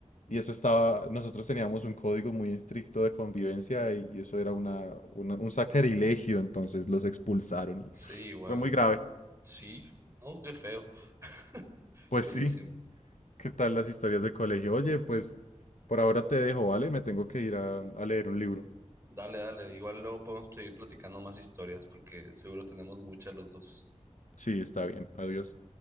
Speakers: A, on the left (about 75°); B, on the right (about 20°).
A: y eso estaba, nosotros teníamos un código muy estricto de convivencia y eso era una, una- un sacrilegio, entonces los expulsaron. y
B: Sí, igual.
A: Fue muy grave.
B: Sí, no, qué feo. <laughs>
A: Pues
B: Feísimo.
A: sí, <laughs> ¿qué tal las historias de colegio? Oye, pues por ahora te dejo, ¿vale? Me tengo que ir a, a leer un libro.
B: Dale, dale. Igual luego podemos seguir platicando más historias porque seguro tenemos muchas los dos.
A: Sí, está bien, adiós.